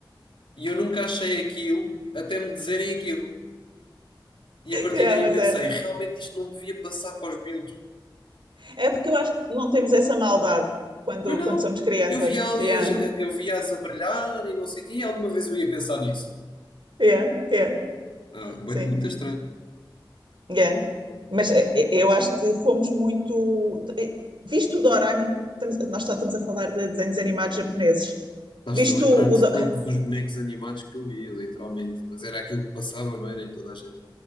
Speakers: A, on the left; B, on the right.
A: E eu nunca achei aquilo até me dizerem aquilo. E a partir
B: é,
A: daí
B: mas
A: pensei,
B: era.
A: realmente isto não devia passar para os miúdos.
B: É porque eu acho que não temos essa maldade quando,
A: Pois não,
B: quando somos crianças.
A: eu via ali,
B: Yeah,
A: as- eu via-as a brilhar e não sei o quê, e alguma vez eu ia pensar nisso.
B: yeah, yeah,
A: Ah, bem,
B: sim.
A: muito estranho.
B: Yeah. Mas eh, eh, eu acho que fomos muito. eh, Visto o Doraemon, estamos- nós só estamos a falar de desenhos animados japoneses.
A: Estás-te
B: Visto
A: a lembrar
B: o.
A: de
B: Do-
A: todos
B: <laughs>
A: os bonecos animados que eu via, literalmente. Mas era aquilo que passava, não era em toda a gente.